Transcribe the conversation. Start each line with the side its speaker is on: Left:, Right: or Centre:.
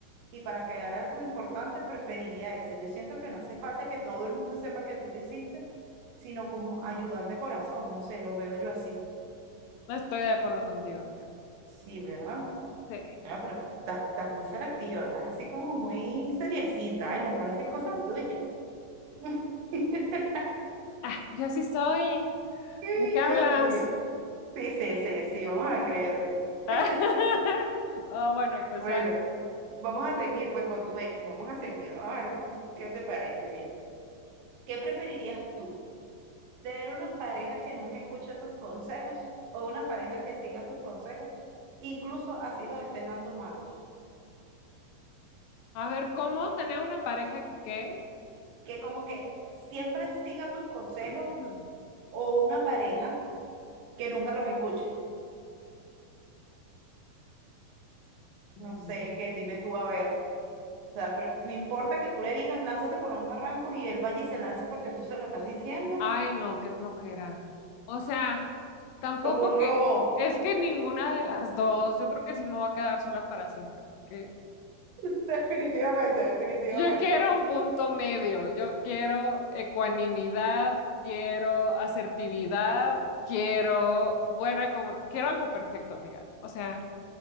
Right: Y para crear algo importante preferiría esa. Yo siento que no hace falta que todo el mundo sepa que tú lo hiciste, sino como ayudar de corazón. No sé, lo veo yo así.
Left: No estoy de acuerdo contigo, fíjate.
Right: Sí, ¿verdad?
Left: Sí.
Right: No, pero estás, estás muy selectiva, estás así como muy seriecita y nos parecen cosas tuyas. <laughs>
Left: Ah, yo sí soy.
Right: Ay,
Left: ¿De qué hablas?
Right: Dios mío. Sí, sí, sí, sí, vamos a creerte.
Left: <laughs>
Right: <laughs>
Left: Oh, bueno, pues
Right: Bueno,
Left: ya.
Right: vamos a seguir pues con tu ex, vamos a seguir, vamos a ver cu- qué te parece. Mira, ¿qué preferirías tú? tener una pareja que nunca escuche tus consejos o una pareja que siga tus consejos, incluso así los estés dando malos.
Left: A ver, ¿cómo tener una pareja que qué?
Right: Que como que siempre siga tus consejos
Left: <clears throat>
Right: o una pareja que nunca los escuche.
Left: Mm.
Right: No sé, que dime tú a ver. O sea, pero no importa que tú le digas, lánzate por un barranco y él vaya y se lance porque tú se lo estás diciendo
Left: Ay, no, qué flojera. O sea, tampoco
Right: como un robot.
Left: que es que ninguna de las dos. Yo creo que sí me voy a quedar sola para siempre, porque
Right: <laughs> Definitivamente, definitivamente.
Left: yo quiero un punto medio. Yo quiero ecuanimidad, quiero asertividad, quiero buena comunicación, quiero algo perfecto, amiga. O sea.